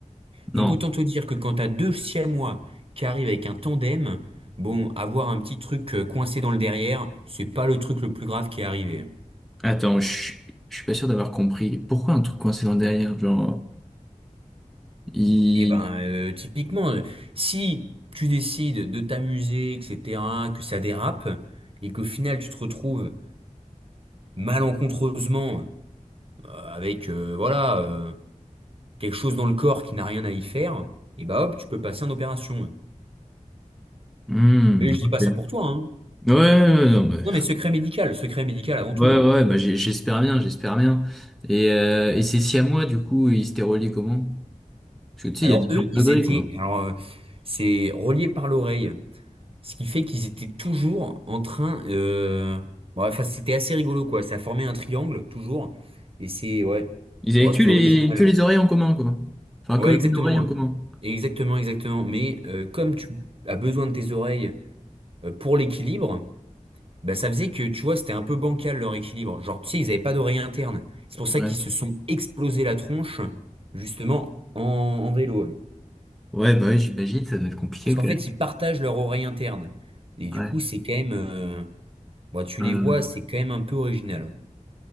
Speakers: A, in the centre; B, on the right.
A: Non,
B: Donc autant te dire que quand t'as deux siamois qui arrivent avec un tandem, bon, avoir un petit truc euh, coincé dans le derrière, c'est pas le truc le plus grave qui est arrivé.
A: attends, je je suis pas sûr d'avoir compris. Pourquoi un truc coincé dans le derrière, genre il.
B: Et ben euh, typiquement, euh, si tu décides de t'amuser, etc., que ça dérape, et qu'au final tu te retrouves malencontreusement euh, avec euh, voilà euh, quelque chose dans le corps qui n'a rien à y faire, et bah hop, tu peux passer en opération.
A: Hmm,
B: Mais je dis
A: ok.
B: pas ça pour toi, hein.
A: Ouais, ouais, ouais, non, mais-
B: Non mais secret médical, secret médical avant
A: ouais,
B: tout. hein.
A: ouais, bah j'ai- j'espère bien, j'espère bien. Et, euh, et ces Siamois, du coup, ils étaient reliés comment? Parce que tu sais,
B: Alors
A: il y a différents
B: eux, ils
A: degrés,
B: étaient,
A: quoi.
B: alors euh, c'est relié par l'oreille, ce qui fait qu'ils étaient toujours en train. Euh... bon, enfin, c'était assez rigolo quoi. Ça formait un triangle toujours, et c'est ouais,
A: Ils avaient
B: bon,
A: que
B: c'était
A: les,
B: original.
A: que les oreilles en commun, quoi. Enfin,
B: Ouais,
A: que
B: exactement,
A: une oreille en
B: ouais.
A: commun.
B: exactement, exactement. Mais euh, comme tu as besoin de tes oreilles euh, pour l'équilibre, bah ça faisait que tu vois, c'était un peu bancal leur équilibre. Genre tu sais, ils n'avaient pas d'oreille interne. C'est pour ça
A: Ouais.
B: qu'ils se sont explosé la tronche justement en, en vélo.
A: Ouais, bah ouais, j'imagine, ça doit être compliqué
B: Parce
A: quand
B: qu'en fait,
A: même.
B: ils partagent leur oreille interne. Et du
A: Ouais.
B: coup, c'est quand même. euh, bah, tu
A: Euh,
B: les vois, c'est quand même un peu original.